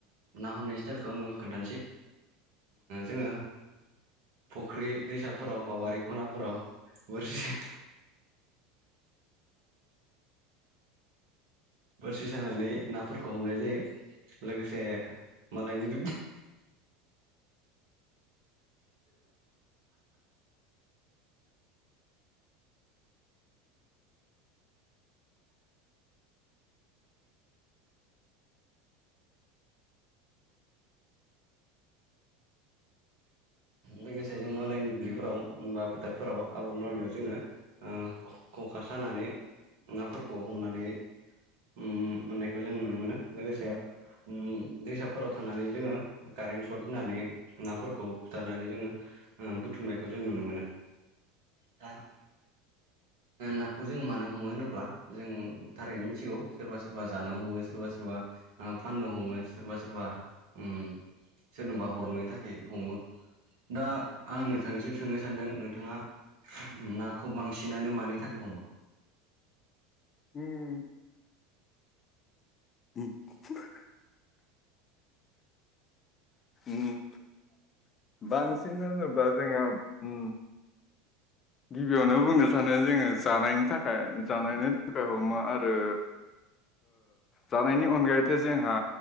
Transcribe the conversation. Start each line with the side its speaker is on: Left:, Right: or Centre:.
Right: ना हमनाय स्टाइलखौ आंङो खोन्थानोसै जोंङो फुख्रि दैसाफोराव बा बारि खनाफोराव बोरसि बोरसि सानानै नाफोरखौ हमनाय जायो। लोगोसे मालायनि लोगोसे जों मालायनि दुब्लिफोराव बा फोथारफोराव आबाद मावनायाव जोंङो खखा सानानै नाफोरखौ हमनानै ओम मोननायखौ जों नुनो मोनो लोगोसे दैसाफोराव थांनानै जोंङो कारेन्ट सर्ट होननानै नाफोरखौ बुथारनानै जोंङो ओमबुथुमनायखौ जों नुनो मोनो दा नाखौ जों मानो हमो होनोब्ला जों थारैनो मिथिगौ। सोरबा सोरबा जानो हमो सोरबा सोरबा फाननो हमो सोरबा सोरबा ओम सोरनोबा हरनो थाखाय हमो। दा आं नोंथांनिसिम सोंनो सानदों नोंथाङा नाखौ बांसिनानो मानि थाखाय हमो?
Left: उम <unintelligible> ओम बांसिन होनोबा जोंङो ओम गिबियावनो बुंनो सानो जोंङो जानायनि थाखाय जानायनि थाखाय हमो आरो जानायनि अनगायैथ जोंहा